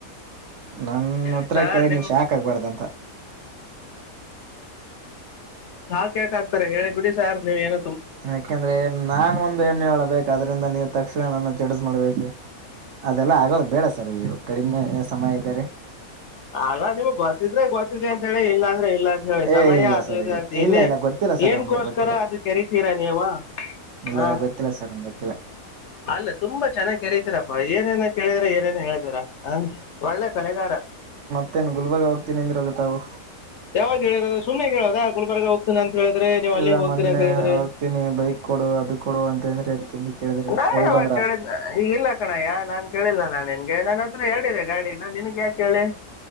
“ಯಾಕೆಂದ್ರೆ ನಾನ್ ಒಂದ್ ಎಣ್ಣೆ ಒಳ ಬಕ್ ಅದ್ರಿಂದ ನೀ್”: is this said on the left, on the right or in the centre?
Right